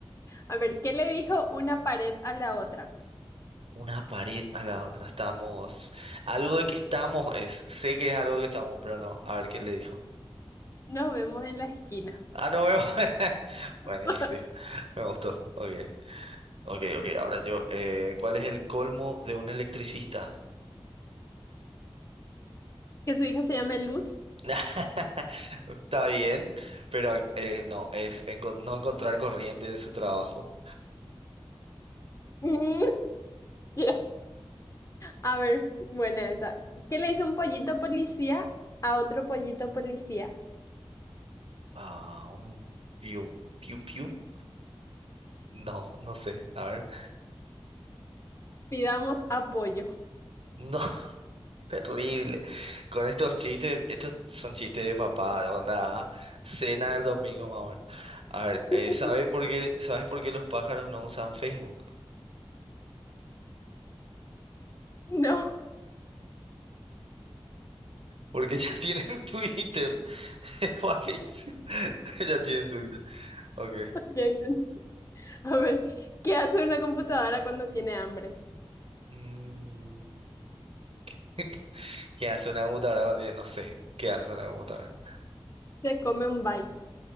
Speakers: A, on the left (about 30°); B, on the right (about 80°).
A: a ver, ¿qué le dijo una pared a la otra?
B: Una pared a la otra. Estamos. Algo de que estamos es. Sé que es algo de que estamos, pero no. A ver qué le dijo.
A: Nos vemos en la esquina.
B: Ah, no veo. <laughs> Buenísimo.
A: <laughs>
B: Me gustó. Ok. Ok, ok. Ahora yo. eh, ¿cuál es el colmo de un electricista?
A: Que su hija se llame Luz.
B: <laughs> Está bien, pero eh, no, es enco- no encontrar corriente de su trabajo.
A: Mm, <laughs> ya. A ver, buena esa. ¿Qué le hizo un pollito policía a otro pollito policía?
B: Ah, un piu, piu, piu. No, no sé. A ver.
A: Pidamos apoyo.
B: No, <laughs> terrible. Con estos chistes, estos son chistes de papá, onda, cena del domingo más o menos. A ver,
A: <laughs>
B: eh, ¿sabe por qué, ¿sabes por qué los pájaros no usan Facebook?
A: No.
B: Porque ya <laughs> tienen Twitter. <laughs> Es malísimo. <laughs> Ya tienen Twitter. Ok.
A: Ya entendí. A ver, ¿qué hace una computadora cuando tiene hambre?
B: Mm. <laughs> ¿Qué hace una computadora? No tiene- no sé. ¿Qué hace una computadora?
A: Se come un byte.